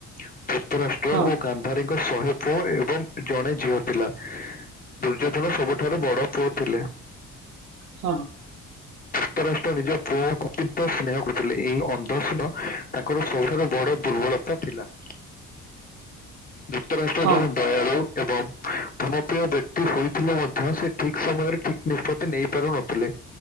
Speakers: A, on the left; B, on the right.
A: ଯୁକ୍ତରାଷ୍ଟ୍ର
B: ହଁ
A: ଓ ଗାନ୍ଧାରୀଙ୍କ ଶହେ ପୁଅ ଏବଂ ଜଣେ ଝିଅ ଥିଲା। ଦୁର୍ଯ୍ୟୋଧନ ସବୁଠାରୁ ବଡ଼ ପୁଅ ଥିଲେ।
B: ହଁ।
A: ଯୁକ୍ତରାଷ୍ଟ୍ର ନିଜ ପୁଅକୁ ଅତ୍ୟନ୍ତ ସ୍ନେହ କରୁଥିଲେ ଏଇ ଅନ୍ଧ ସ୍ନେହ ତାଙ୍କର ସବୁଠାରୁ ବଡ ଦୁର୍ବଳତା ଥିଲା। ଯୁକ୍ତରାଷ୍ଟ୍ର
B: ହଁ
A: ଯଣେ ଦୟାଳୁ ଏବଂ ଧନପ୍ରିୟ ବ୍ୟକ୍ତି ସୋଇଥିଲେ ମଧ୍ୟ ସେ ଠିକ୍ ସମୟରେ ଠିକ୍ ନିଷ୍ପତ୍ତି ନେଇ ପାରୁନଥିଲେ।